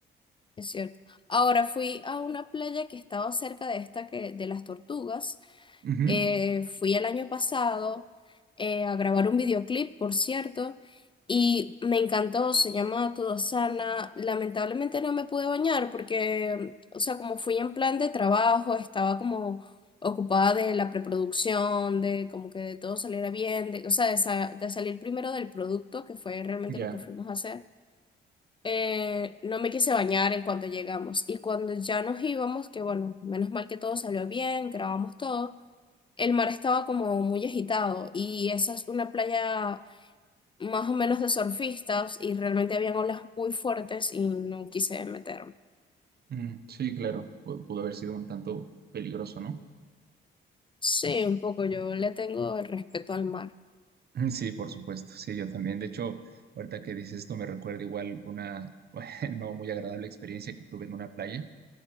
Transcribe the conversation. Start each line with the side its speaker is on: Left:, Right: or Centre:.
Left: Es cierto. Ahora fui a una playa que estaba cerca de esta que, de las tortugas.
Right: Ujú,
Left: Eh, fui el año pasado eh, a grabar un videoclip, por cierto, y me encantó, se llama Todo Sana. Lamentablemente no me pude bañar porque, o sea, como fui en plan de trabajo, estaba como ocupada de la preproducción, de como que de todo saliera bien, de, o sea, de, sa- de salir primero del producto, que fue realmente
Right: ya,
Left: lo que fuimos a hacer. Eh, no me quise bañar en cuanto llegamos y cuando ya nos íbamos, que bueno, menos mal que todo salió bien, grabamos todo el mar estaba como muy agitado y esa es una playa más o menos de surfistas y realmente habían olas muy fuertes y no quise meterme.
Right: Mm, sí, claro, pu- pudo haber sido un tanto peligroso, ¿no?
Left: Sí, un poco yo le tengo el respeto al mar.
Right: Mm, Sí, por supuesto, sí, yo también. De hecho, ahorita que dices esto me recuerda igual una <laughs> no muy agradable experiencia que tuve en una playa